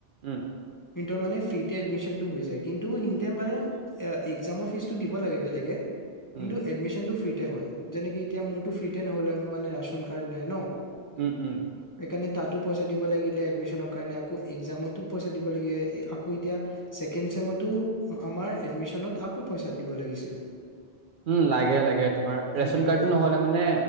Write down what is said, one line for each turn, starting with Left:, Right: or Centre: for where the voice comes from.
Right: উম
Left: ইহতৰ মানে ফ্ৰীতে এডমিচনটো হৈ যায়। কিন্তু সিনতে বাৰে একজামৰ ফিজটো দিব লাগে বেলেগকে
Right: উম
Left: কিন্তু এডমিশনটো ফ্ৰী তে হয় যেনেকে এতিয়া মোৰতো ফ্ৰীতে নহলে মোৰ মানে ৰাচন কাৰ্ড নাই ন
Right: উম উম
Left: তেনে তাতো পইচা দিব লাগিলে এডমিশনৰ কাৰণে আক একজামতো পইচা দিব লাগে আকৌ এতিয়া ছেকেণ্ড ছেমত তো আমাৰ এডমিশনত আকৌ পইচা দিব লাগিছিল‌।
Right: উম লাগে লাগে তোমাৰ
Left: সেইটোয়ে
Right: ৰেচন কাৰ্ডটো নহ'লে মানে